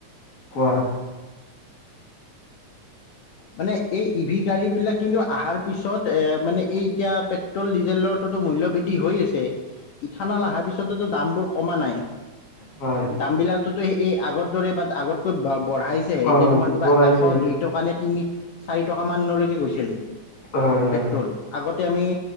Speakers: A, on the left; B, on the left.
A: কোৱা।
B: মানে এই ই ভি গাড়ী বিলাক কিন্তু আহাৰ পিছত এ মানে এই এতিয়া পেট পেট্ৰল ডিজেলৰটো টো মূল্য বৃদ্ধি হৈ আছে। ইথানল অহাৰ পিছততো দামবোৰ কমা নাই।
A: হয়
B: দাম বিলাকটো টো এই আগৰ দৰে বা আগতকৈ ব বঢ়াইছেহে।
A: অ
B: এতিয়া তোমাৰ কিবা
A: কৰাইছে
B: এশ দুই টকা নে তিনি চাৰি টকা মানলৈকে গৈছিল।
A: হয় হয়
B: পেট্ৰল আগতে আমি